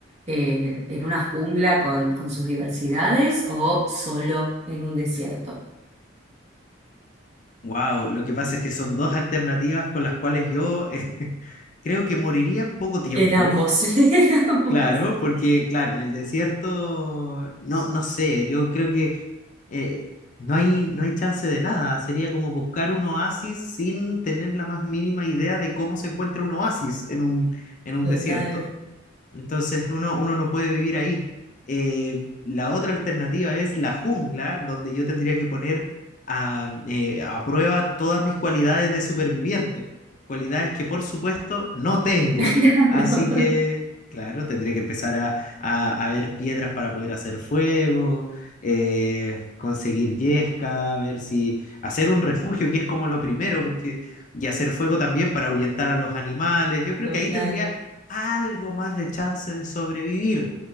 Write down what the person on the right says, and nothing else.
eh, en una jungla con, con sus diversidades o solo en un desierto?
En ambos, <laughs> en ambos.
Total.
<laughs>
Claro,
total.